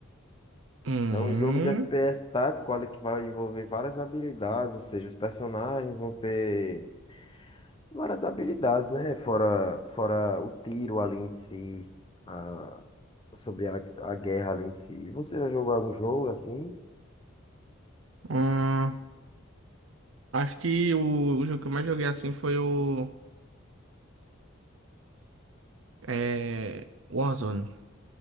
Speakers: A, on the right; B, on the left.
A: Hum,
B: É um jogo de FPS tático, olha, que vai envolver várias habilidades, ou seja, os personagens vão ter Várias habilidades, né? Fora, fora o tiro ali em si, a- sobre a, a guerra ali em si. Você já jogou algum jogo assim?
A: hum, acho que o, o jogo que eu mais joguei assim foi o é, Warzone.